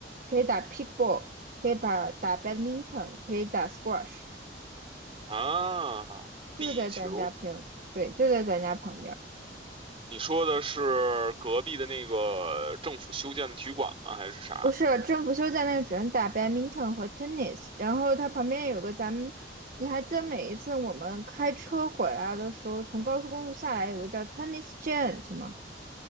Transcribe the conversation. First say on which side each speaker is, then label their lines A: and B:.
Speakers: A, on the right; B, on the right.
A: 可以打 pickleball，可以把打 badminton，可以打 squash，
B: 啊。
A: 就在咱家平，
B: 壁球，
A: 对，就在咱家旁边。
B: 你说的是隔壁的那个政府修建的体育馆吗？还是啥？
A: 不是，政府休假那个只能打 badminton 和 tennis，然后它旁边有个咱们，你还记得每一次我们开车回来的时候，从高速公路下来有个叫 tennis giant 吗？